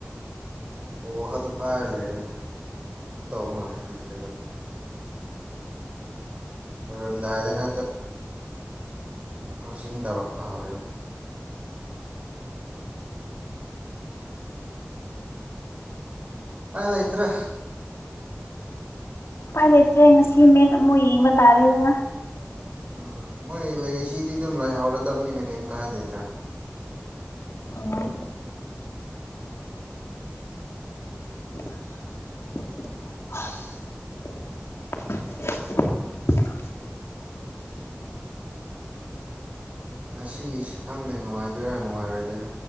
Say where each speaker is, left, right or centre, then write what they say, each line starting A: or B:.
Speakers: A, on the right; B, on the left.
A: ꯕꯣꯜ ꯈꯛꯇ ꯄꯥꯢꯔ ꯂꯩꯔꯦ ꯑꯗꯨꯝ ꯇꯧꯕ ꯉꯝꯈꯤꯗ꯭ꯔꯦꯕ ꯂꯣꯏꯔꯝꯗꯥꯏꯗ ꯈꯛꯇ ꯀ꯭ꯔꯣꯁꯤꯡ ꯇꯧꯔꯛꯄ ꯍꯧꯔꯛꯑꯦꯕ ꯎꯄꯥꯏ ꯂꯩꯇ꯭ꯔꯦ
B: ꯎꯄꯥꯏ ꯂꯩꯇ꯭ꯔꯦ ꯉꯁꯤ ꯃꯦꯠꯆ ꯑꯃꯨꯛ ꯌꯦꯡꯕ ꯇꯥꯔꯦꯗꯅ
A: ꯎꯝ ꯃꯣꯏ ꯂꯩꯔꯤꯁꯤꯗꯤ ꯑꯗꯨꯝ ꯂꯩꯍꯧꯔꯗꯕꯅꯤꯅ ꯀꯩꯝ ꯀꯥꯏꯗꯦꯗꯥ
B: ꯑꯣ ꯍꯍꯍ <inaudible>
A: ꯉꯁꯤꯒꯤꯁꯤ ꯈꯪꯗꯦ ꯅꯨꯡꯉꯥꯏꯗꯣꯏꯔꯥ ꯅꯨꯡꯉꯥꯏꯔꯣꯏꯗꯣꯏꯔꯥ